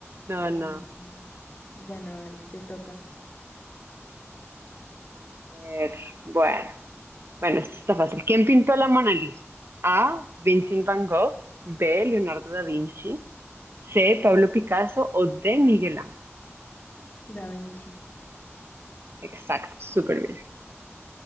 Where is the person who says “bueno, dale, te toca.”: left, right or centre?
Left